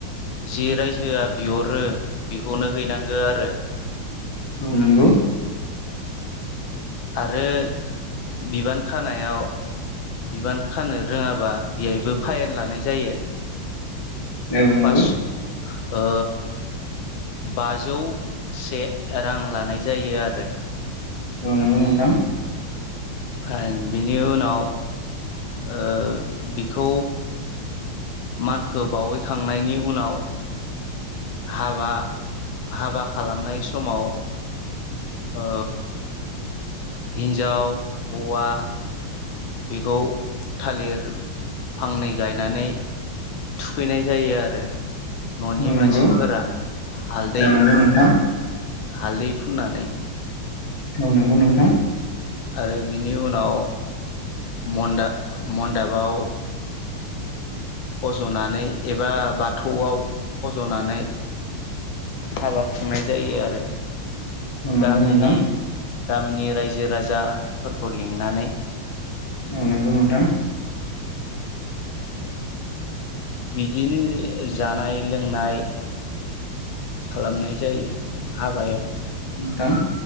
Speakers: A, on the left; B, on the left.
A: जि रायजोआ बिहरो बेखौनो हैनांगो आरो
B: औ नोंगौ
A: आरो बिबान खानायाव बिबान खानो रोङाबा बेहायबो फाइेन लानाय जायो।
B: औ नंगौ
A: पास ओ बाजौ से रां लानाय जायो आरो
B: औ नंगौ नोंथां
A: <unintelligible> बिनि उनाव ओ बिखौ मानखौ बावहैखांनायनि उनाव हाबा हाबा खालामनाय समाव ओ हिन्जाव हौवा बेखौ थालिर फांनै गायनानै थुखैनाय जायो आरो न'नि
B: औ नंगौ
A: मानसिफोरा हालदै
B: औ नंगौ नोंथां
A: हालदै फुननानै
B: औ नंगौ नोंथां
A: आरो बिनि उनाव मनदा मदाबाव फज'नानै एबा बाथौआव फज'नानै हाबा खुंनाय जायो आरो।
B: नंगौ
A: गामिनि
B: नंथां
A: गामिनि रायजो राजाफोरखौ लिंनानै
B: औ नंगौ नोंथां
A: बिदिनो जानाय लोंनाय खालामनाय जायो हाबायाव
B: थां